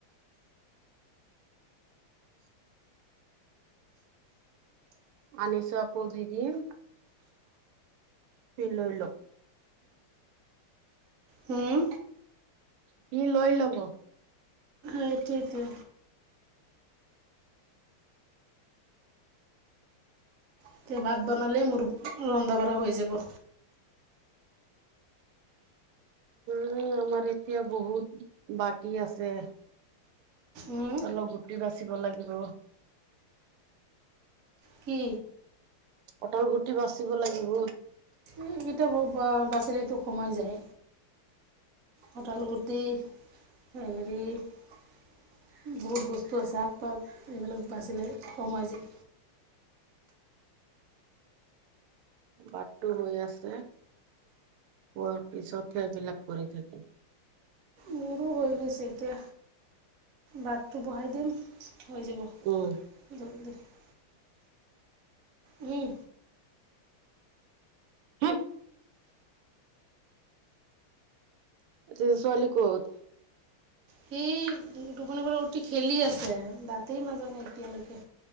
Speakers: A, on the right (about 85°); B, on the right (about 60°).
A: আনিছ আকৌ দি দিম। সি লৈ লওক।
B: হুম
A: সি লৈ ল'ব।
B: এইটোৱেটো। এতিয়া ভাত বনালে মোৰ ৰন্ধা বঢ়া হৈ যাব।
A: নাই আমাৰ এতিয়া বহুত বাকী আছে।
B: উম
A: অলপ গুটি বাচিব লাগিব।
B: কি?
A: অটল গুঠি বাচিব লাগিব।
B: এইকেইটা বাচিৰেতো সোমাই যায় কঠাৰ গু টি হেৰি বহুত বস্তু আছে আগ পাত এইবিলাক বাচিলে কমাই যে
A: বাটটো হৈ আছে, হোৱাৰ পিছতহে এইবিলাক কৰি থাকি।
B: মোৰো হৈ গৈছে এতিয়া বাদটো বহাই দিম হৈ যাব
A: উম
B: <unintelligible> উম
A: হ এতিয়া ছোৱালী ক'ত
B: সি টোপনি পৰা উতি খেলি আছে দাতেই নাজানাই এতিয়ালৈকে